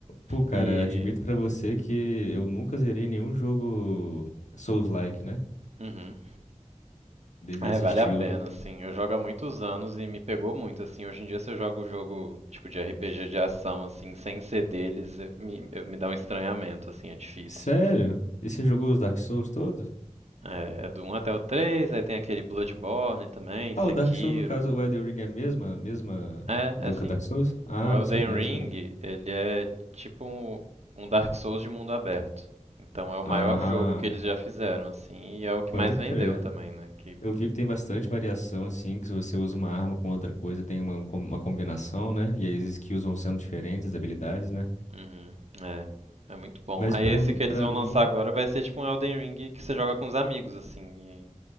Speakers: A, on the left; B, on the right.
A: Pô, cara,
B: E.
A: admito pra você que eu nunca zerei nenhum jogo Souls-like, né?
B: Uhum.
A: Des-
B: É,
A: Desse
B: vale
A: estilo.
B: a pena, assim. Eu jogo há muitos anos e me pegou muito, assim. Hoje em dia, se eu jogo um jogo tipo de RPG de ação, assim, sem ser deles, eu- me, eu- me dá um estranhamento, assim, é difícil.
A: Sério? E você jogou os Dark Souls todos?
B: É, é do um até o 3, aí tem aquele Bloodborne também,
A: Ah,
B: Sekiro.
A: o Dark Souls, no caso, o Elden Ring é a mesma, mesma
B: É,
A: do
B: é sim.
A: que o Dark Souls? Ah,
B: O Elden
A: não sabia,
B: Ring,
A: não sabia.
B: ele é tipo um, um Dark Souls de mundo aberto. Então é o maior
A: Ah,
B: jogo que eles já fizeram, assim, e é o que
A: pode
B: mais
A: crer.
B: vendeu também, né? Que,
A: Eu vi que tem bastante variação, assim, que se você usa uma arma com outra coisa, tem uma, com- uma combinação, né? E aí as skills vão sendo diferentes, as habilidades, né?
B: uhum, é, é muito bom.
A: Mas
B: Aí
A: pra,
B: esse que eles
A: pra
B: vão
A: mim,
B: lançar agora vai ser tipo um Elden Ring que você joga com os amigos, assim, e